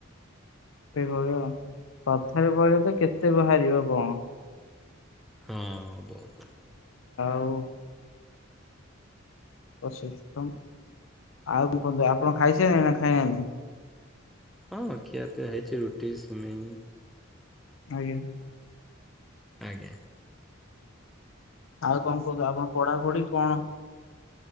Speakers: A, on the left; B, in the centre.
A: ସେ କହିବ କଥାରେ ପଇଲେ ତ କେତେ ବାହାରିବ କଣ
B: ହଁ ବୋହୁତ କ
A: ହୋଉ। ଅ ସିଷ୍ଟମ୍ ଆଉ କୁହନ୍ତୁ ଆପଣ ଖାଇସାଇଲେଣି ନା ଖାଇନାହାନ୍ତି?
B: ହଁ ଖିଆ ପିଆ ହେଇଚି ରୁଟି ସିମେଇ
A: ଆଜ୍ଞା
B: ଆଜ୍ଞା।
A: ଆଉ କଁ କୁହନ୍ତୁ ଆପଣ ପଢାପଢି କଣ?